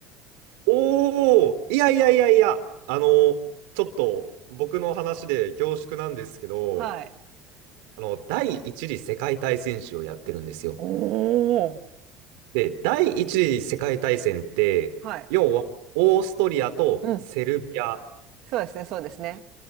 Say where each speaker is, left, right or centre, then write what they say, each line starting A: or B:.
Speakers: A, on the right; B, on the right.
A: おお、いやいやいやいや、あの、ちょっと僕の話で恐縮なんですけど、
B: はい。
A: あの、第一次世界大戦史をやってるんですよ。
B: おお。
A: で、第一次世界大戦って、
B: はい。
A: 要はオーストリアとセルビア、
B: うん。そうですね、そうですね。